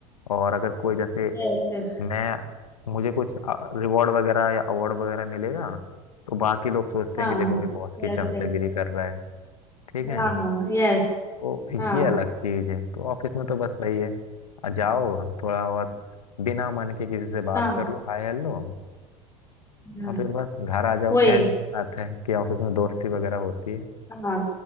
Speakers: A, on the left (about 80°); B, on the left (about 15°).
A: और अगर कोई जैसे
B: यस यस
A: मैं मुझे कुछ रिवॉर्ड वगैरह या अवार्ड वगैरह मिलेगा तो बाकी लोग सोचते
B: हाँ
A: हैं कि देखो
B: हाँ
A: भाई बॉस की
B: यस
A: चमचागिरी
B: यस
A: कर रहा है ठीक
B: हाँ
A: है
B: यस
A: तो
B: हाँ
A: ये अलग चीज है तो ऑफिस में तो बस वही है आ, जाओ थोड़ा बहुत बिना मन के किसी से बात
B: हाँ
A: कर लो हाय हेलो
B: हाँ
A: और फिर बस घर आ जाओ
B: वही
A: कहने की बात है कि ऑफिस में दोस्ती वगैरह होती है
B: हाँ